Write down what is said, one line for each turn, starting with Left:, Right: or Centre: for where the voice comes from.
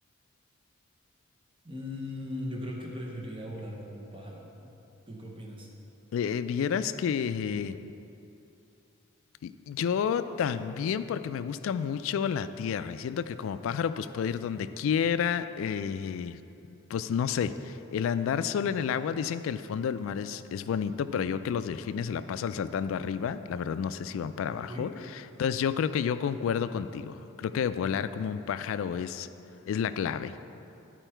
Right: Mm, yo creo que preferiría volar como un pájaro. ¿Tú qué opinas?
Left: Eh, vieras que Y- Yo también porque me gusta mucho la tierra y siento que como pájaro pues puedo ir donde quiera, eh, pues no sé, el andar solo en el agua dicen que el fondo del mar es, es bonito, pero yo que los delfines se la pasan saltando arriba, la verdad no sé si van para abajo,
Right: ¿Sí?
Left: entonces yo creo que yo concuerdo contigo, creo que volar como un pájaro es, es la clave.